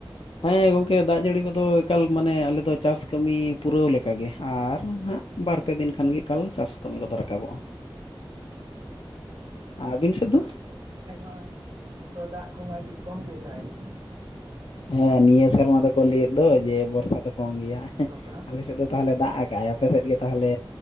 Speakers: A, on the left (about 85°); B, on the right (about 65°).
A: ᱦᱮᱸ ᱜᱚᱝᱠᱮ ᱫᱟᱜ ᱡᱟᱹᱲᱤ ᱠᱚᱫᱚ ᱮᱠᱟᱞ ᱢᱟᱱᱮ ᱟᱞᱮ ᱫᱚ ᱪᱟᱥ ᱠᱟᱹᱢᱤ ᱯᱩᱨᱟᱹᱣ ᱞᱮᱠᱟᱜᱮ, ᱟᱨ ᱦᱟᱸᱜ ᱵᱟᱨ-ᱯᱮ ᱫᱤᱱ ᱠᱷᱟᱱᱜᱮ ᱮᱠᱟᱞ ᱪᱟᱥ ᱠᱟᱹᱢᱤ ᱠᱚᱫᱚ ᱨᱟᱠᱟᱵᱚᱜ-ᱟ᱾ ᱟᱹᱵᱤᱱ ᱥᱮᱫ ᱫᱚ?
B: ᱟᱞᱮ ᱠᱷᱟᱡ ᱢᱟ ᱛᱚ ᱫᱟᱜ ᱠᱚᱢᱟ ᱠᱟᱴᱤᱡ ᱠᱚᱢ ᱜᱮ ᱫᱟᱜ ᱮᱫ᱾
A: ᱦᱮᱸ ᱱᱤᱭᱟᱹ ᱥᱮᱨᱢᱟ ᱫᱚᱠᱚ ᱞᱟᱹᱭᱮᱫ ᱫᱚ ᱡᱮ ᱵᱚᱨᱥᱟ ᱫᱚ ᱠᱚᱢ ᱜᱮᱭᱟ᱾
B: ᱧᱚᱜ ᱠᱟᱱᱟ
A: ᱟᱞᱮ ᱥᱮᱫ ᱫᱚ ᱛᱟᱦᱚᱞᱮ ᱫᱟᱜ ᱟᱠᱟᱜᱼᱟᱭ ᱟᱯᱮᱥᱮᱫ ᱜᱮ ᱛᱟᱦᱚᱞᱮ